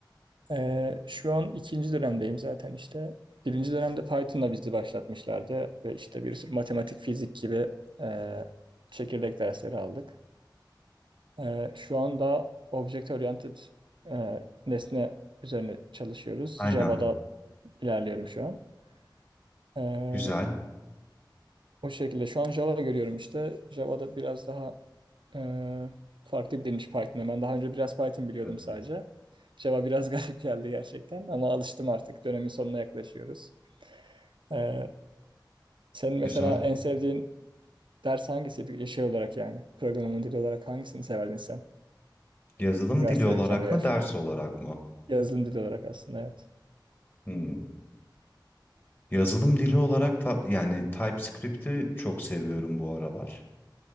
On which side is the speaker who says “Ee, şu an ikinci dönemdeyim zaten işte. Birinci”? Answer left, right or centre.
Right